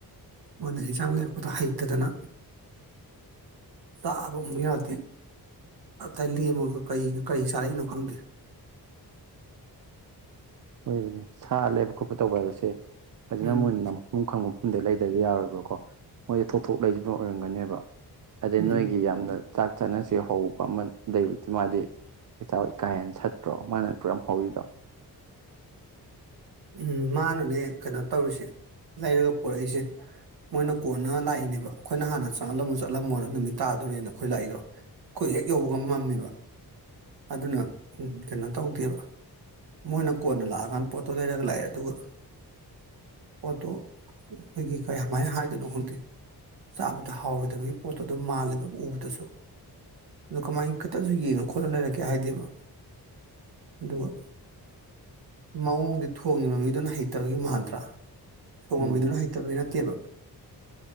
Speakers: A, on the right; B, on the right.
A: ꯃꯣꯏꯅ ꯍꯤꯡꯖꯥꯡ ꯂꯩꯔꯛꯄꯗꯣ ꯍꯩꯇꯗꯅ ꯇꯥꯕ ꯑꯃꯛ ꯌꯥꯗꯦ ꯑ ꯂꯦꯝꯃꯒ ꯀꯔꯤꯩꯅꯣ ꯀꯔꯤ ꯆꯥꯔꯛꯏꯅꯣ ꯈꯪꯗꯦ
B: ꯍꯣꯏ ꯑꯗꯨꯅꯤ ꯁꯥ ꯂꯩꯕ ꯈꯣꯠꯄ ꯇꯧꯕ ꯍꯥꯏꯕꯁꯦ ꯐꯖꯅ
A: ꯎꯝ
B: ꯃꯨ ꯅꯝ ꯃꯐꯝ ꯈꯪꯕ ꯃꯐꯝꯗ ꯂꯩꯗꯗꯤ ꯌꯥꯔꯣꯏꯕꯀꯣ ꯃꯣꯏꯁꯦ ꯊꯣꯊꯣꯛ ꯂꯩꯁꯤꯕ ꯑꯣꯏꯔꯝꯒꯅꯦꯕ ꯑꯗꯩ
A: ꯎꯝ
B: ꯅꯣꯏꯒꯤ ꯌꯥꯝꯅ ꯆꯥꯛ ꯆꯥꯅꯁ ꯍꯧꯕ ꯑꯃ ꯑꯗꯩꯕꯨꯗꯤ ꯃꯥꯗꯤ ꯀꯆꯥꯥꯎꯣꯏ ꯀꯥ ꯍꯦꯟꯅ ꯁꯠꯇ꯭ꯔꯣ ꯃꯥꯅ ꯀꯨꯔꯝ ꯍꯧꯔꯤꯗꯣ
A: ꯎꯝ ꯃꯥꯅꯅꯦ ꯀꯩꯅꯣ ꯇꯧꯔꯤꯁꯦ ꯂꯩꯔꯒ ꯄꯔꯛꯏꯁꯦ ꯃꯣꯏꯅ ꯀꯣꯟꯅ ꯂꯥꯛꯏꯅꯦꯕ ꯑꯩꯈꯣꯏꯅ ꯍꯥꯟꯅ ꯆꯪꯂꯝꯃꯣ ꯆꯠꯂꯝꯃꯣꯅ ꯅꯨꯃꯤꯠ ꯇꯥꯗꯣꯔꯦꯅ ꯑꯩꯈꯣꯏ ꯂꯥꯛꯏꯗꯣ ꯑꯩꯈꯣꯏ ꯍꯦꯛ ꯌꯧꯕꯒ ꯃꯝꯃꯤꯕ ꯑꯗꯨꯅ ꯀꯩꯅꯣ ꯇꯧꯗꯦꯕ ꯃꯣꯏꯅ ꯀꯣꯟꯅ ꯂꯥꯛꯑꯀꯥꯟꯗ ꯄꯣꯠ ꯇꯣ ꯂꯩꯔꯒ ꯂꯥꯛꯑꯦ ꯑꯗꯨꯒ ꯄꯣꯠꯇꯣ ꯑꯩꯈꯣꯏꯒꯤ ꯀꯌꯥꯃꯥꯏꯅ ꯍꯥꯏꯗꯅꯣ ꯈꯪꯗꯦ ꯆꯥꯕꯗ ꯍꯥꯎꯔꯣꯏꯗꯕꯒꯤ ꯄꯣꯠꯇꯣ ꯑꯗꯨꯝ ꯃꯥꯜꯂꯦꯕ ꯎꯕꯗꯁꯨ ꯑꯗꯣ ꯀꯃꯥꯏꯅ ꯈꯤꯇꯁꯨ ꯌꯦꯡꯉ ꯈꯣꯠꯂ ꯂꯩꯔꯒꯦ ꯍꯥꯏꯗꯦꯕ ꯑꯗꯨꯒ ꯃꯑꯣꯡ ꯑꯗꯨ ꯊꯣꯡꯉꯤꯕ ꯃꯤꯗꯨꯅ ꯍꯩꯇꯕꯒꯤ ꯃꯥꯟꯗ꯭ꯔꯥ ꯊꯣꯡꯕ
B: ꯎꯝ
A: ꯃꯤꯗꯨꯅ ꯍꯩꯇꯕꯒꯤ ꯅꯠꯇꯦꯕ